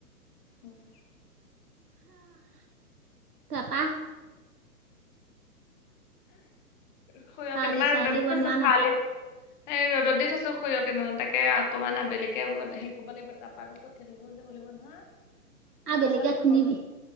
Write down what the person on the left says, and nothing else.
উম।
খৈয়
কেইটামান
ৰদত দি
থাইছো
খালিবা এই ৰ'দত দি থৈছো সৰিয়হ কেইটামন তাকে অকনমান আবেলিকে হেৰিব লাগিব তাপা কঠিয়া তুলিব নহয়
বনাব লাগিব